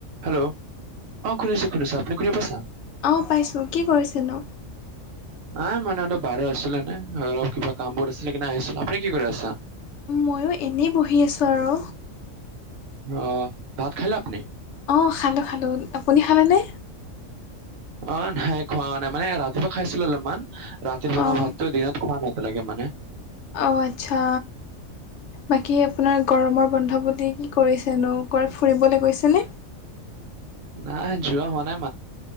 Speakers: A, on the right; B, on the left.
A: Hello অ শুনিছো শুনিছো আপুনি শুনি পাইছা
B: অ', পাইছোঁ কি কৰিছেনো।
A: <inaudible> নাই মই অলপ বাহিৰত আছিলো নে কিবা কাম বোৰ আছিলে কি আহিছিলো আপুনি কি কৰি আছা।
B: ময়ো এনেই বহি আছো আৰু।
A: অ', অ', ভাত খালে আপনি।
B: অ', খালো খালো আপুনি খালেনে।
A: অ', নাই খোৱা নাই মানে ৰাতিপুৱা খাইছিলো অলপমান ৰাতি বনোৱা
B: অঁ
A: ভাতটো দিনত খোৱা নাই। এনেকে মানে।
B: অ', আচ্ছা বাকী আপোনাৰ গৰমৰ বন্ধ বুলি কি কি কৰিছেনো ক'ৰাৱাত ফুৰিবলৈ গৈছেনে।
A: নাই যোৱা হোৱা নাই